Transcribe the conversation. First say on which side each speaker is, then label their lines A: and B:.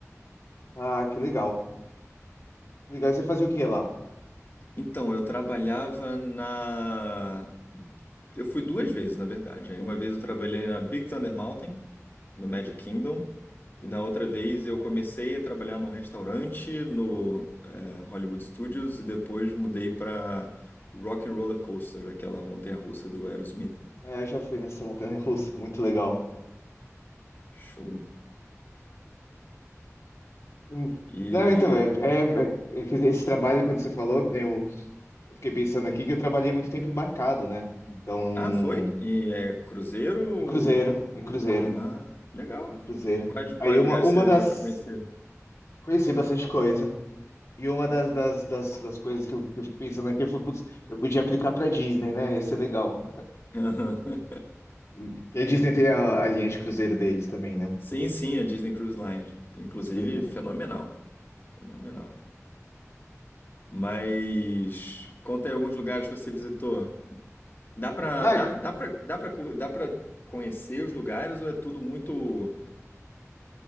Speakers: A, on the left; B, on the left.
A: Ah, que legal. Legal, e você fazia o que lá?
B: Então, eu trabalhava na. Eu fui duas vezes, na verdade. Aí Uma vez eu trabalhei na Big Thunder Mountain, no Magic Kingdom. E na outra vez eu comecei a trabalhar num restaurante no é, Hollywood Studios e depois mudei para Rock and Roller Coaster, aquela montanha-russa do Aerosmith.
A: É, eu já fui nessa montanha russa, muito legal.
B: Show.
A: Hum,
B: E
A: Não, então, é, é, é, é que esse trabalho, quando você falou, eu, eu fiquei pensando aqui que eu trabalhei muito tempo embarcado, né? Então,
B: ah, foi? E é cruzeiro ou
A: em cruzeiro, em cruzeiro,
B: Ah, legal.
A: em cruzeiro.
B: Quais, quais
A: Aí uma,
B: lugares
A: uma
B: você
A: das.
B: deu para conhecer?
A: Conheci bastante coisa. E uma das, das, das, das coisas que eu, que eu fico pensando aqui, eu falo, putz, eu podia aplicar pra Disney, né? Ia ser legal.
B: <laughs> Aham.
A: <laughs> Porque a Disney tem a, a linha de cruzeiro deles também, né?
B: Sim, sim, a Disney Cruise Line. Inclusive,
A: As coisas, né?
B: fenomenal. Fenomenal. Mas conta aí alguns lugares que você visitou. Dá pra,
A: Ah,
B: dá, dá pra, dá pra, cu- dá pra conhecer os lugares ou é tudo muito,